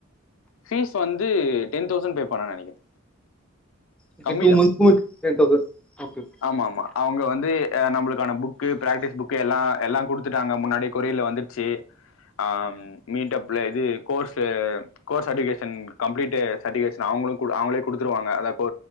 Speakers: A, on the left; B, in the centre.
A: ஃபீஸ் வந்து டென் தௌசண்ட் பே பண்ணேன்னு நெனைக்கிறே
B: இதுக்கு
A: கம்மிதா
B: டூ மந்த்க்கு டென் தௌசண்ட் ஓகே ஓகே
A: ஆமா ஆமா அவங்க வந்து ஆ நம்மளுக்கான புக்கு ப்ராக்டிஸ் புக்கு எல்லா எல்லா குடுத்துட்டாங்க முன்னாடியே கொரியர்ல வந்துருச்சி அம் மீட்டப்ல இது course course certification complete certification அவங்களு அவங்களே குடுத்துருவாங்க அத